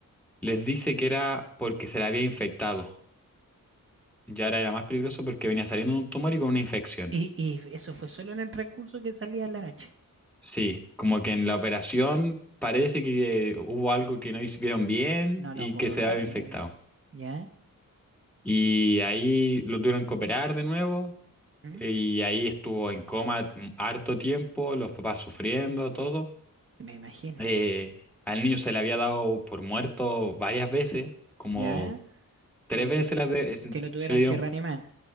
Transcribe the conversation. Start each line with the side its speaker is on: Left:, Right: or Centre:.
Centre: les dice que era porque se le había infectado. Y ahora era más peligroso porque venía saliendo de un tumor y con una infección.
Right: Y, y eso fue solo en el transcurso que salía en la noche.
Centre: Sí, como que en la operación parece que eh, hubo algo que no hicieron bien
Right: No
Centre: y
Right: lo puedo
Centre: que se
Right: creer.
Centre: había infectado.
Right: ¿Ya?
Centre: Y ahí lo tuvieron que operar de nuevo
Right: ¿Mm?
Centre: Y ahí estuvo en coma harto tiempo, los papás sufriendo, todo.
Right: Me imagino.
Centre: Eh, al niño se le había dado por muerto varias veces, como
Right: ¿Ya? Que
Centre: tres
Right: lo,
Centre: veces
Right: tu-
Centre: se, las de- se
Right: que lo tuvieran
Centre: se le dieron,
Right: que reanimar.
Centre: p-